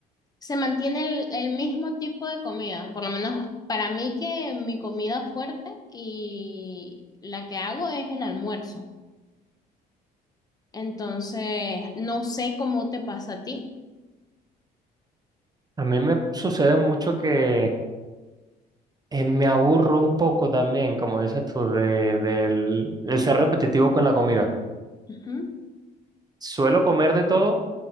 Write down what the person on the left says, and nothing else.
se mantiene el, el mismo tipo de comida, por lo menos para mí que mi comida fuerte y la que hago es el almuerzo. Entonces, no sé cómo te pasa a ti.
Ujú.